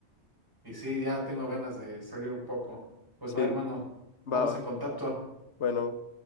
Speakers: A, on the right; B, on the left.
A: Y sí, ya tengo ganas de salir un poco. Pues
B: Sí,
A: va, hermano, estamos
B: va, va.
A: en contacto.
B: Bueno.